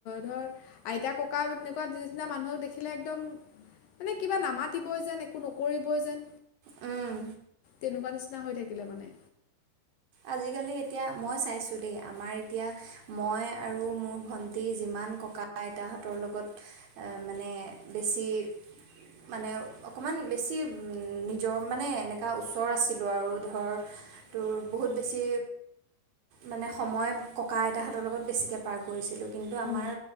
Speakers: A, on the left (about 70°); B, on the right (about 60°).
A: ধৰ আইতা-ককা এনেকুৱা নিচিনা মানুহক দেখিলে একদম মানে কিবা নামাতিবই যেন, একো নকৰিবই যেন।
B: উম।
A: তেনেকুৱা নিচিনা হৈ থাকিলে মানে।
B: আজিকালি এতিয়া মই চাইছোঁ দেই, আমাৰ এতিয়া মই আৰু মোৰ ভণ্টি যিমান ককাআইতাহঁতৰ লগত এ মানে বেছি মানে অকণমান বেছি, নিজৰ মানে এনেকুৱা ওচৰ আছিলোঁ আৰু ধৰ।
A: <unintelligible>
B: তোৰ বহুত বেছি মানে সময় ককা আইতাহঁতৰ লগত বেছিকৈ পাৰ কৰিছিলোঁ। কিন্তু আমাৰ
A: উম